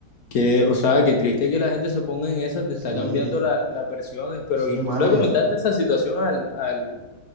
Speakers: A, on the left; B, on the right.
A: qué, o sea, qué triste que la gente se ponga en esas, te
B: sí,
A: está cambiando la- las versiones, pero
B: sí,
A: ¿y
B: mano,
A: tú le comentaste
B: y eso.
A: esa situación al, al,